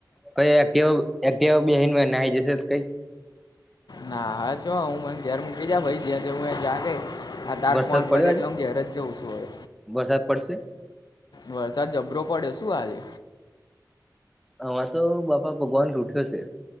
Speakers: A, in the centre; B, on the left (about 65°).
A: કઈ એક કેવ એક કેવ બેહિનવે નાઇ જસે ત કઈ.
B: ના હા ચો હું મને ઘેર મૂકી જા ભઈ ત્યા જવું હોય ત્યાં જે. આ તાર
A: વરસાદ
B: ફોન પતે
A: પડ્યો
B: એટલે
A: આજે
B: હું ઘેર જ જઉં છું અવે.
A: વરસાદ પડશે
B: વરસાદ જબરો પડ્યો શું આજે.
A: આમાં તો બાપા ભગવાન રૂઠ્યો છે.